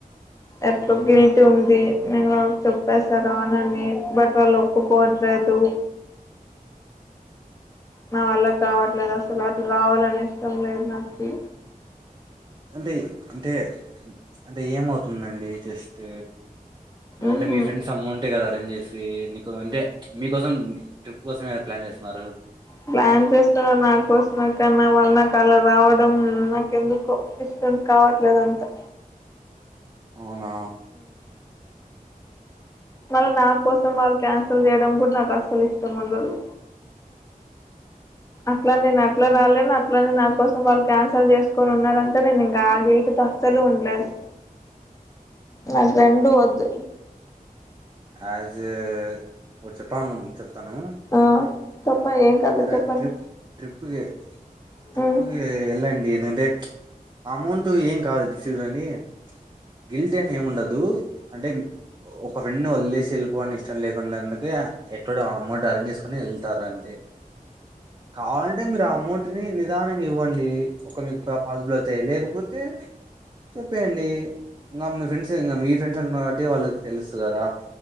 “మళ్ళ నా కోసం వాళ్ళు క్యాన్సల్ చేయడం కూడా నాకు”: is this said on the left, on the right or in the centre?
Left